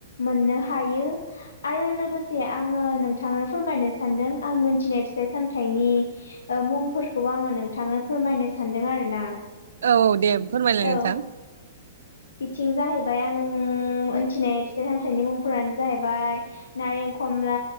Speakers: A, on the left (about 85°); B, on the right (about 75°).
A: मोननो हायो आरो लोगोसे आङो नोंथांनो फोरमायनो सान्दों आं मोनथिनाय फिथाइ सामथाइनि ओ मुं फोरखौबो आङो नोंथांनो फोरमायनो सानदों आरोना।
B: औ दे फोरमायलाय
A: औ
B: नोंथां।
A: बिथिं जाहैबाय आं मोनथिनाय फिथाइ सामथाइनि मुंफोरानो जाहैबाय नारें, खमला